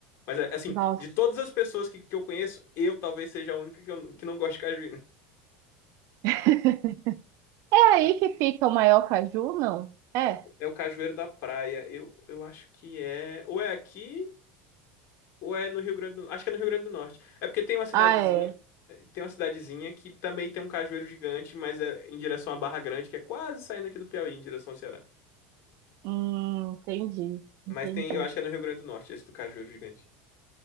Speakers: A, on the left; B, on the right.
A: Mas é, assim,
B: Nossa.
A: de todas as pessoas que, que eu conheço, eu talvez seja a única que, eu- que não gosta de cajuína.
B: <laughs> É aí
A: Mas
B: que fica o maior caju, não? É.
A: é o cajueiro da praia. Eu, eu acho que é. Ou é aqui, ou é no Rio Grande do... Acho que é no Rio Grande do Norte. É porque tem uma cidadezinha.
B: Ah, é.
A: eh, Tem uma cidadezinha que também tem um cajueiro gigante, mas é em direção à Barra Grande, que é quase saindo aqui do Piauí, em direção ao Ceará.
B: Hum, entendi, entendi.
A: Mas tem, eu acho que é no Rio Grande do Norte, esse do cajueiro gigante.